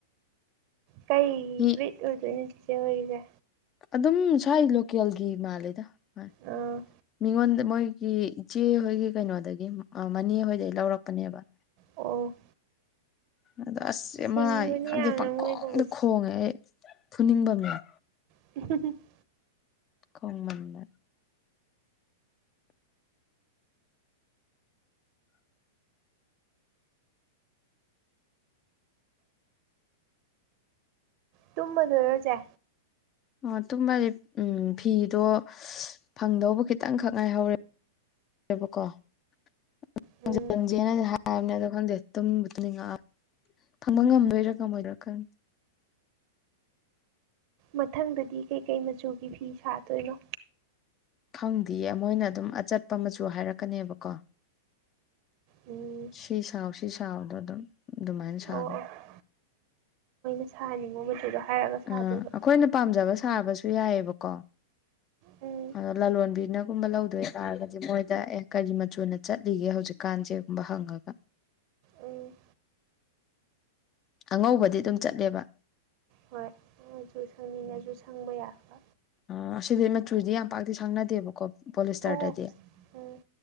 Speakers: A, on the right; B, on the left.
A: ꯀꯩ
B: ꯍꯤ
A: ꯕ꯭ꯔꯤꯠ ꯑꯣꯏꯗꯣꯏꯅꯣ ꯆꯤꯆꯦ ꯍꯣꯏꯒꯤꯖꯦ?
B: ꯑꯗꯨꯝ ꯁꯥꯏ ꯂꯣꯀꯦꯜꯒꯤ ꯃꯥꯜꯂꯦꯗ ꯃꯥ
A: ꯑꯥ
B: ꯃꯤꯉꯣꯟꯗ ꯃꯣꯏꯒꯤ ꯏꯆꯦꯍꯣꯏꯒꯤ ꯀꯩꯅꯣꯗꯒꯤ ꯑ ꯃꯅꯦꯍꯣꯏꯗꯒꯤ ꯂꯧꯔꯛꯄꯅꯦꯕ꯫
A: ꯑꯣ
B: ꯑꯗꯣ ꯑꯁ
A: ꯁꯤꯡꯕꯅꯤ
B: ꯃꯥ ꯈꯪꯗꯦ
A: ꯌꯥꯝꯅ
B: ꯄꯪꯈꯣꯡꯗ
A: ꯃꯣꯏꯒꯨꯝꯕꯁꯦ
B: ꯈꯣꯡꯉꯦ ꯑꯩ ꯐꯨꯅꯤꯡꯕ ꯌꯥꯎꯑꯦ꯫
A: <unintelligible>
B: ꯈꯣꯡꯃꯟꯗ
A: ꯇꯨꯝ ꯃꯗꯣꯏꯔꯣ ꯆꯦ?
B: ꯑꯣ ꯇꯨꯝꯕꯒꯤ ꯎꯝ ꯐꯤꯗꯣ ꯐꯪꯗꯧꯕ ꯈꯤꯠ ꯇꯪ ꯈꯛ ꯉꯥꯏꯍꯧꯔꯦ ꯕꯀꯣ <unintelligible>
A: ꯎꯝ
B: ꯖꯦꯅ ꯍꯥꯏꯕꯅꯦ ꯑꯗꯨ ꯈꯪꯗꯦ ꯇꯨꯝꯕꯨ ꯇꯨꯝꯅꯤꯡꯉꯛ ꯑ ꯐꯪꯕ ꯉꯝꯗꯣꯏꯔꯥ ꯉꯝꯃꯣꯢꯗꯣꯢꯔ ꯈꯪ
A: ꯃꯊꯪꯗꯗꯤ ꯀꯩꯀꯩ ꯃꯆꯨꯒꯤ ꯐꯤ ꯁꯥꯗꯣꯏꯅꯣ?
B: ꯈꯪꯗꯤꯌꯦ ꯃꯣꯏꯅ ꯑꯗꯨꯝ ꯑꯆꯠꯄ ꯃꯆꯨ ꯍꯥꯏꯔꯛꯀꯅꯤꯕꯀꯣ꯫
A: ꯎꯝ
B: ꯁꯤ ꯁꯥꯎ ꯁꯤ ꯁꯥꯎ ꯑꯗꯨ ꯑꯗꯨꯝ ꯑꯗꯨꯃꯥꯏꯅ ꯁꯥꯕ
A: ꯑꯣ ꯑꯣ ꯁꯥꯍꯟꯅꯤꯡꯕ ꯃꯆꯨꯗꯣ ꯍꯥꯏꯔꯒ ꯁꯥꯗꯣꯏꯕ
B: ꯑ ꯑꯈꯣꯏꯅ ꯄꯥꯝꯖꯕ ꯁꯥꯕꯁꯨ ꯌꯥꯏꯌꯦꯕꯀꯣ
A: ꯎꯝ
B: ꯑꯗ ꯂꯂꯣꯟꯕꯤꯅꯒꯨꯝꯕ ꯂꯧꯗꯣꯏꯇꯥꯥꯔꯒꯗꯤ ꯃꯣꯏꯗ ꯑꯦ ꯀꯔꯤ ꯃꯆꯨꯅ ꯆꯠꯂꯤꯒꯦ ꯍꯧꯖꯤꯛ ꯀꯥꯟꯁꯦ ꯕꯍꯪꯉꯒ
A: ꯎꯝ
B: ꯑꯉꯧꯕꯗꯤ ꯑꯗꯨꯝ ꯆꯠꯂꯦꯕ꯫
A: ꯍꯣꯏ ꯃꯆꯨ ꯁꯪꯅꯤꯡ ꯉꯁꯨꯨ ꯁꯪꯕ ꯌꯥꯕ
B: ꯑ ꯑꯁꯤꯗꯤ ꯃꯆꯨꯗꯤ ꯌꯥꯝ ꯄꯥꯛꯇꯤ ꯁꯪꯅꯗꯦꯕꯀꯣ ꯄꯣꯂꯤꯁꯇꯔꯗꯗꯤ
A: ꯑꯣ ꯎꯝ